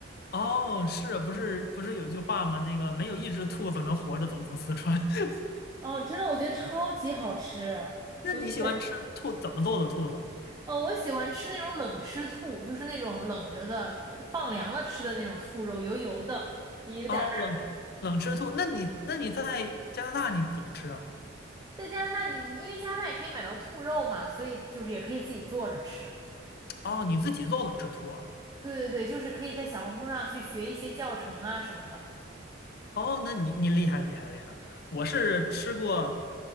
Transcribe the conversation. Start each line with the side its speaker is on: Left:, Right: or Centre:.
Left: 哦，是不是不是有句话吗？那个没有一只兔子能活着走出四川。<laughs>
Right: 哦，真的，我觉得超级好吃。
Left: 那你喜欢吃兔怎么做的兔子？
Right: 我就很，呃，我喜欢吃那种冷吃兔，就是那种冷着的，放凉了吃的那种兔肉，油油的，也有点儿辣。
Left: 哦，冷冷吃兔。那你那你在加拿大你怎么吃啊？
Right: 在加拿大就，因为加拿大也可以买到兔肉嘛，所以就是也可以自己做着吃。
Left: 哦，你自己做冷吃兔啊？
Right: 对对对，就是可以在小红书上去学一些教程啊什么的。
Left: 哦，那你你厉害厉害厉害。我是吃过，